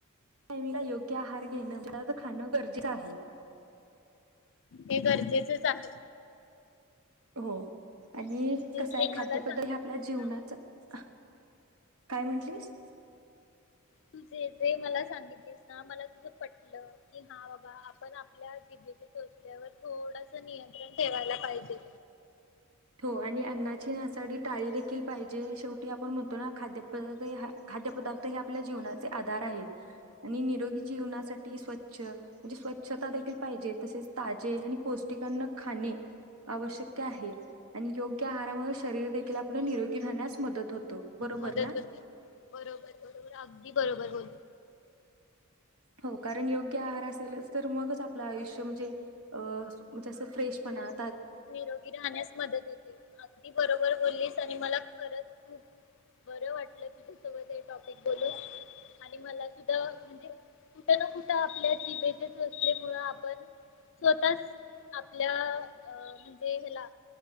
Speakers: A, on the right; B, on the left.
A: टायमिंगला योग्य आहार घेणं, <unintelligible> खाणं गरजेचं आहे.
B: हे गरजेचेच आहे.
A: हो आणि
B: तुझे जे
A: कस आहे
B: जे
A: खाद्यपद्द
B: मला सांगितलेस
A: हे आपल्या जीवनाचा
B: ना
A: काय म्हंटलीस,
B: तु जे जे मला सांगितलीस ना मला तुझ पटलं कि हा बाबा आपण आपल्या जिभेचे चोचल्यावर थोडस नियंत्रण ठेवायला पाहिजे.
A: हो आणि अन्नाची नासाडी टाळी देखील पाहिजे शेवटी आपण म्हणतो ना खाद्यप खाद्यपदार्थ हे आपल्या जीवनाचे आधार आहेत आणि निरोगी जीवनासाठी स्वच्छ म्हणजे स्वच्छता देखील पाहिजे तसेच ताजे आणि पौष्टिक अन्न खाणे आवश्यक्य आहे. आणि योग्य आहारामुळे शरीर देखील आपलं निरोगी राहण्यास मदत होतो. बरोबर
B: मदत
A: ना?
B: होते बरोबर बरोबर अगदी बरोबर बोली,
A: हो कारण योग्य आहार असेलच तर मगच आपलं आयुष्य म्हणजे अ म्हजे असं फ्रेश म्हणा,
B: निरोगी राहण्यास मदत होते अगदी बरोबर बोललीस आणि मला खरंच खूप बरं वाटलं तुझ्यासोबत हे टॉपिक बोलून आणि मला सुद्धा म्हणजे कुठ ना कुठं आपल्या जीभेचे चोचलेमुळ आपण स्वतःच आपल्या अ म्हणजे ह्येला